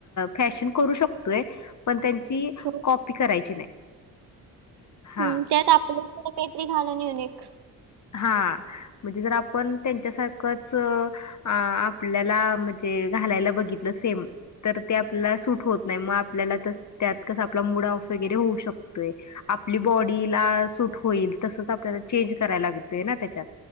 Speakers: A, on the left; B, on the right.
A: फॅशन करू शकतोय, पण त्यां ची,
B: हो
A: कॉपी करायची नाही. हा
B: हम्, त्यात आपलं, <unintelligible> काहीतरी घाळून युनिक
A: हा, म्हणजे जर आपण, त्यांच्यासारखंच अ आपल्याला, म्हणजे घालायला बघितलं, सेम तर, ते आपल्याला सूट होत नाही, मग आपल्याला तस त्यात कस, आपला मुड ओफ वगैरे होऊ शकतोय, आपली बॉडीला सूट होइल, तसच आपल्याला, चेंज कराय लागतय ना, त्याच्यात,